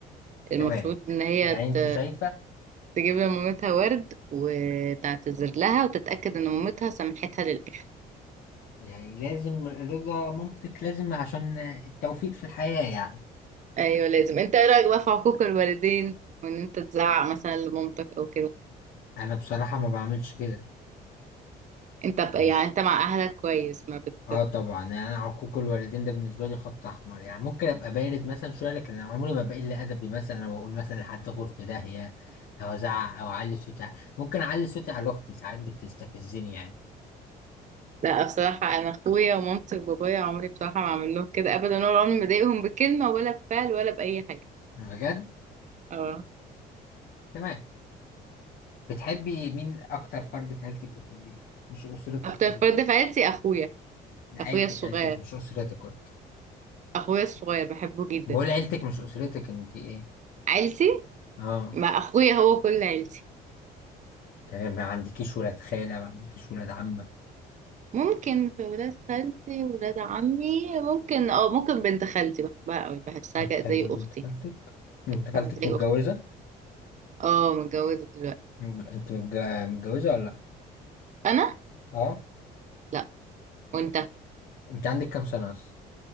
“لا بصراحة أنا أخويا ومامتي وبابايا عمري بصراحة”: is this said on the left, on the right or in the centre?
Right